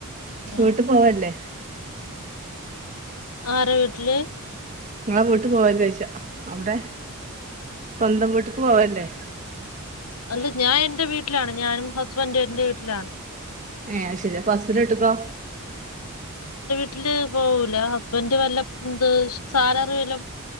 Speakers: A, on the left; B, on the right.
A: ആഹ്
B: വീട്ട് പോവാല്ലേ?
A: ആര വീട്ടില്?
B: നിങ്ങളെ വീട്ട് പോവാല ചോദിച്ച അവിടെ സ്വന്തം വീട്ടക്ക് പോവാല്ലേ?
A: അല്ല ഞാൻ എന്റെ വീട്ടിലാണ് ഞാനും ഹസ്ബൻഡും എന്റെ വീട്ടി ലാണ്.
B: ആയ് പ്പഹസ്സിന്റെ വീട്ടക്കോ?
A: ട്ടില് പോവൂല ഹസ്ബൻ് വല്ല എ സാലറി വല്ല